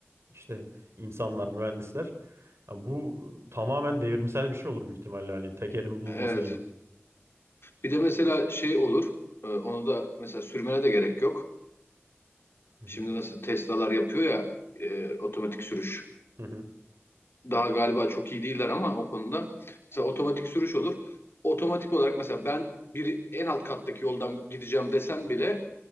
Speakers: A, on the right (about 65°); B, on the left (about 55°).
A: işte insanlar, mühendisler ya bu tamamen devrimsel bir şey olur büyük ihtimalle hani tekerin bulunması
B: Evet.
A: gibi.
B: Bir de mesela şey olur. e, onu da mesela sürmene de gerek yok.
A: Hı
B: Şimdi
A: hı.
B: nasıl Tesla'lar yapıyor ya e, otomatik sürüş.
A: Hı hı.
B: Daha galiba çok iyi değiller ama o konuda. Mesela otomatik sürüş olur. Otomatik olarak mesela ben bir en alt kattaki yoldan gideceğim desen bile